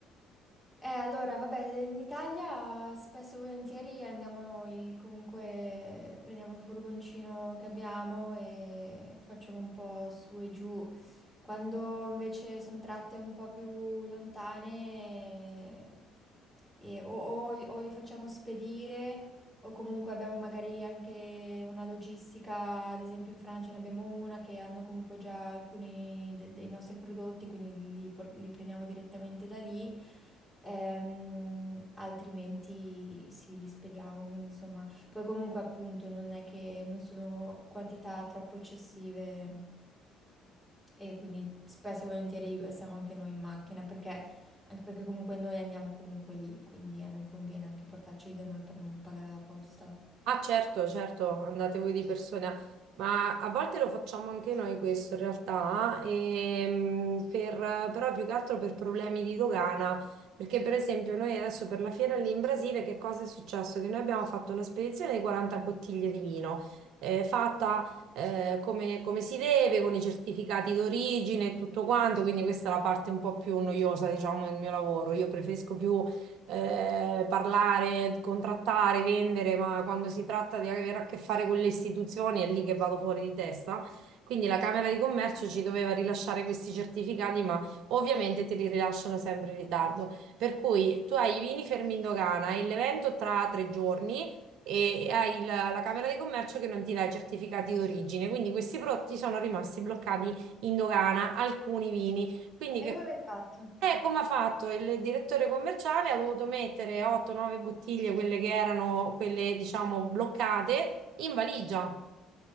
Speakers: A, in the centre; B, on the right.
A: Eh, allora, vabbè, in Italia spesso e volentieri andiamo noi, comunque prendiamo il furgoncino che abbiamo e facciamo un po' su e giù. Quando invece sono tratte un po' più lontane, eh, e- o, o li o li facciamo spedire o comunque abbiamo magari anche una logistica, ad esempio in Francia ne abbiamo una che hanno comunque già alcuni de- dei nostri prodotti, quindi li por- li prendiamo direttamente da lì. Ehm, altrimenti sì, li spediamo, quindi insomma, poi comunque appunto non è che non sono quantità troppo eccessive e quindi spesso e volentieri siamo anche noi in macchina perché, anche perché comunque noi andiamo comunque lì, quindi a noi conviene anche portarceli da noi per non pagare la posta.
B: Ah, certo, certo, andate voi di persona, ma a volte lo facciamo anche noi questo in realtà, ehm, per- però più che altro per problemi di dogana, perché per esempio noi adesso per la fiera lì in Brasile che cosa è successo? Che noi abbiamo fatto una spedizione di 40 bottiglie di vino, eh, fatta eh, come, come si deve, con i certificati d'origine e tutto quanto, quindi questa è la parte un po' più noiosa, diciamo, del mio lavoro. Io preferisco più eh, parlare, contrattare, vendere, ma quando si tratta di avere a che fare con le istituzioni è lì che vado fuori di testa. Quindi la Camera di Commercio ci doveva rilasciare questi certificati, ma ovviamente te li rilasciano sempre in ritardo. Per cui tu hai i vini fermi in dogana e l'evento tra tre giorni e hai il- la Camera di Commercio che non ti dà i certificati d'origine. Quindi questi prodotti sono rimasti bloccati in dogana, alcuni vini. Quindi
A: E
B: che...
A: come avete fatto?
B: Eh, come ha fatto il direttore commerciale? Ha dovuto mettere 8-9 bottiglie, quelle che erano quelle, diciamo, bloccate, in valigia.